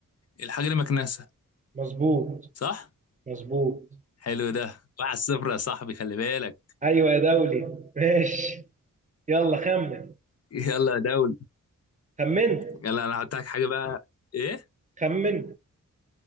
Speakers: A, on the left; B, on the right.
A: الحاجة دي مكنسة
B: مظبوط
A: صح؟
B: مظبوط
A: حلو ده واحد صفر يا صاحبي خلي بالك
B: ايوه يا دولي ماشي يلا خمن
A: يلا يا دولي
B: خمنت
A: يلا انا هحط لك حاجه بقى ايه
B: خمن